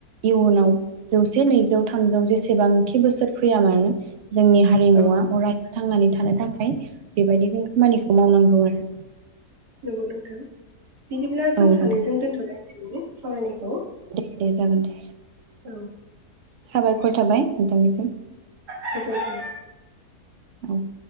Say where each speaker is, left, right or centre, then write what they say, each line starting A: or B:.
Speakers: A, on the right; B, on the right.
A: इयुनाव जौसे नैजौ थामजौ जेसेबांखि बोसोर फैया मानो जोंनि हारिमुवा
B: औ
A: अरायबो थांनानै थानो थाखाय बेबायदि जों खामानिखौ मावनांगौ आरो।
B: नंगौ नोंथां। बिदिब्ला जों
A: औ
B: सानैजों दोनथ'लाय नि सावरायनायखौ।
A: दे दे जागोन दे।
B: औ
A: साबायखर थाबाय नोंथांनिसिम।
B: गोजोनथों।
A: उम